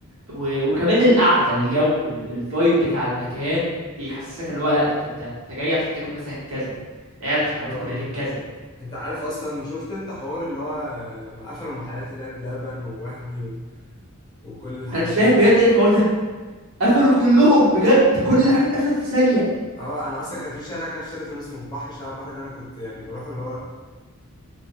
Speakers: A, on the right; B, on the left.
A: و... وكمان القعده الجو ال- الفايب بتاع المكان بيحسسك اللي هو لا انت انت انت جاي عشان تاكل مثلا كذا قاعد عشان هتاكل
B: اه
A: هناك كذا
B: انت عارف اصلا شفت انت حوار اللي هو لما قفلوا محلات اللي هي بلبن ووهمي وكل الحاجات
A: انا مش فاهم بجد ايه الحوار ده قفلوا كلهم بجد كل حاجه اتقفلت في ثانيه
B: اه انا اصلا كان في شارع كده في شيراتون اسمه البحر شارع البحر ده انا كنت يعني بروح اللي هو